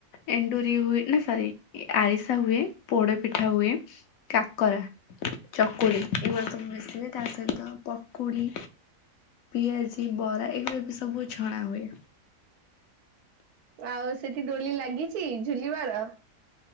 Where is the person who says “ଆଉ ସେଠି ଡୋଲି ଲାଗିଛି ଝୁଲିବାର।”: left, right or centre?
Right